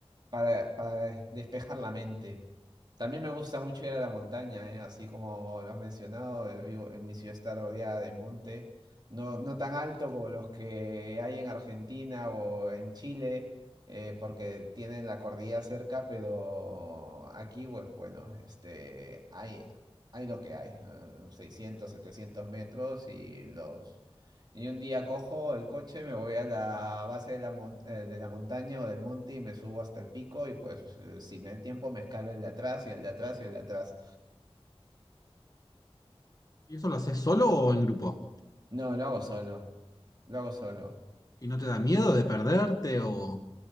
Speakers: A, on the right; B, on the left.
A: para, para despejar la mente. También me gusta mucho ir a la montaña, ¿eh? Así como lo has mencionado, eh, vivo, en mi ciudad está rodeada de monte, no, no tan alto como los que hay en Argentina o en Chile eh, porque tienen la cordillera cerca, pero aquí, pues bueno, este, hay, hay lo que hay, eh, 600, 700 metros y los... Y un día cojo el coche, me voy a la base de la, mon- eh, de la montaña o del monte y me subo hasta el pico y pues eh, si me da el tiempo me escalo el de atrás y el de atrás y el de atrás.
B: ¿Y eso lo haces solo o en grupo?
A: No, lo hago solo, lo hago solo.
B: ¿Y no te da miedo de perderte o